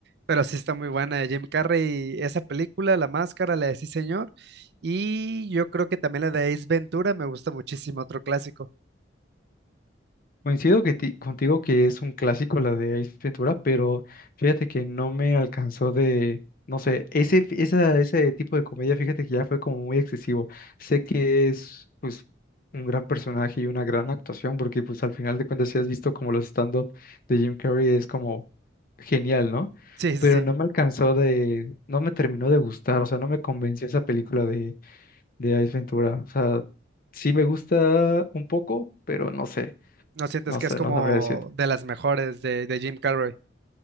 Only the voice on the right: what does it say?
pero sí está muy buena de Jim Carrey, esa película, La Máscara, la de Sí Señor, y yo creo que también la de Ace Ventura me gusta muchísimo, otro clásico.
Sí, sí,
sí,
no sientes
que
es como
de las mejores de, de Jim Carrey.